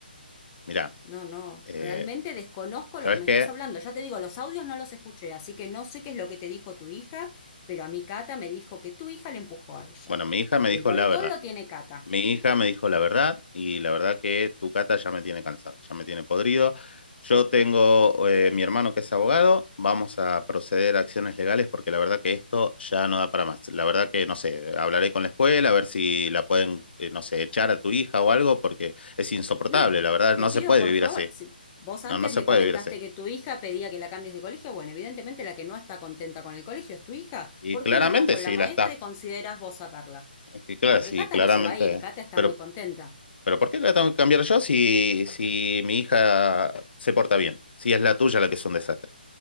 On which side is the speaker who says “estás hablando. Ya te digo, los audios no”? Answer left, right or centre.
Left